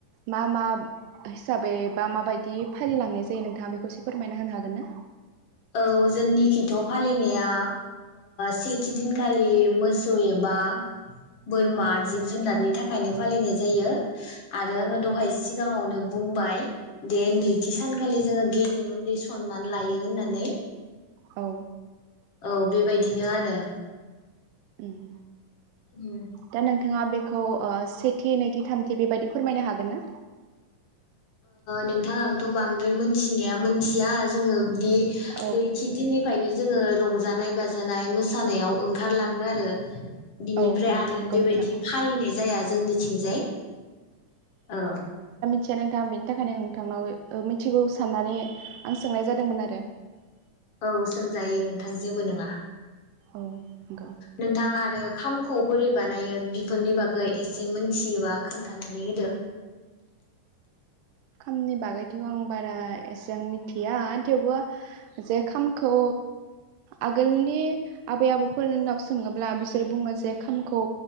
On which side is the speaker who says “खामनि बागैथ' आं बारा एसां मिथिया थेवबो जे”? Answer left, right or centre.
Right